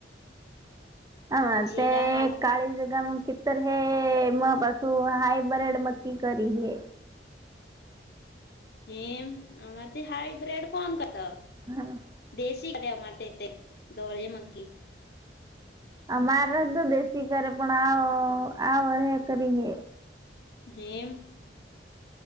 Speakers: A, on the right (about 20°); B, on the left (about 60°).
A: હ
B: જીરા
A: તે
B: હાણ
A: કાળી જગા મ તો હ મ પાસું હાયબ્રિડ મક્કી કરી હે
B: હિમ આમાં હાઈબ્ર્રેડ કોણ કતો
A: હા
B: દેશી કલિયા માટતે દોળ મકી
A: અ મારે તો દેશી કરે પણ આવો આવો રે કરીે
B: હેમ